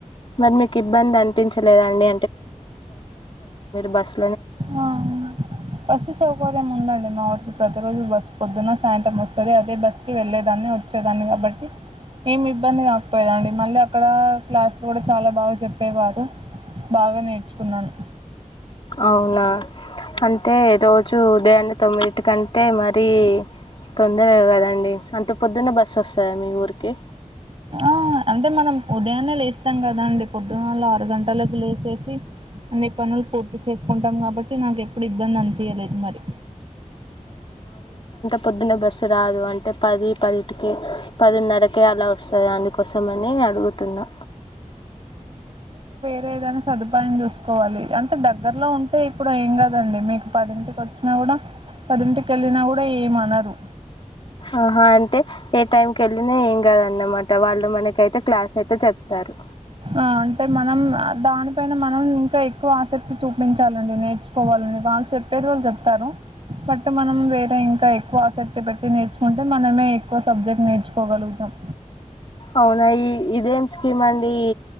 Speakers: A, on the left (about 40°); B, on the right (about 45°).
A: మరి మీకు ఇబ్బంది అనిపించలేదండి బస్
B: ఆ బస్సు సౌకర్యం ఉందండి మా వారితో ప్రతి రోజు బస్సు పొద్దున సాయంత్రం వస్తుంది అదే బస్కి వెళ్ళేదాన్ని వచ్చేదాన్ని కాబట్టి ఏమి ఇబ్బంది కాకపోయేదండి మళ్ళీ అక్కడ క్లాసులు కూడా చాలా బాగా చెప్పేవారు బాగా నేర్చుకున్నాను
A: అవునా అంటే రోజు ఉదే అన్న తొమ్మిదిటి కంటే మరీ తొమ్ందర కదండి అంత పొద్దున్నే బస్సు వస్తుందా మీ ఊరికి
B: ఆ అంటే మనం ఉదయాన్నే లేస్తాం కదా అండి పొద్దునాళ్ళు ఆరు గంటలలకు లేచేసి అన్ని పనులు పూర్తి చేసుకుంటాం కాబట్టి నాకు ఎప్పుడు ఇబ్బంది అనిపయలేదు మరి
A: పొద్దున బస్సు రాదు అంటే పది పదిటికే పదిన్నరకే అలా వస్తుంది దానికోసం అని అడుగుతున్నా
B: లేదని సదుపాయం చూసుకోవాలి అంటే దగ్గర్లో ఉంటే ఇప్పుడు ఏం కదండి మీకు పదింటికి వచ్చినా కూడా పదింటికి వెళ్ళినా కూడా ఏమనరు
A: ఆహా అంటే ఏ టైంకి వెళ్ళినా ఏం కాదన్నమాట వాళ్ళు మనకైతే క్లాస్ అయితే చెప్తారు
B: ఆ అంటే మనం దానిపైన మనం ఇంకా ఎక్కువ శక్తి చూపించాలం నేర్చుకోవాలని వాళ్ళు చెప్ పేరు వాళ్ళు చెప్తారు బట్ మనం వేరే ఇంకా ఎక్కువ ఆసక్తి పెట్టి నేర్చుకుంటే మనమే ఎక్కువ సబ్జెక్ట్ నేర్చుకోగలుగుతాం
A: అవునాయి ఇదేం స్కీమ్ అండి